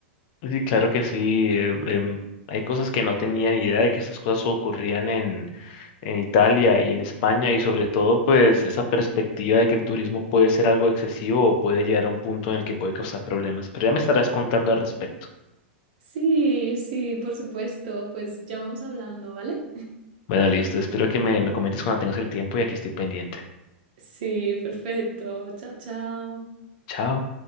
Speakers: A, on the left; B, on the right.
A: Sí, claro que sí. eh, em, hay cosas que no tenía ni idea de que estas cosas ocurrían en, en Italia y en España y sobre todo pues esa perspectiva de que el turismo puede ser algo excesivo o puede llegar a un punto en el que puede causar problemas. Pero ya me estarás contando al respecto.
B: Sí, sí, por supuesto, pues ya vamos hablando, ¿vale?
A: Bueno, listo. Espero que me, me comentes cuando tengas el tiempo y aquí estoy pendiente.
B: Sí, perfecto. Chao, chao.
A: Chao.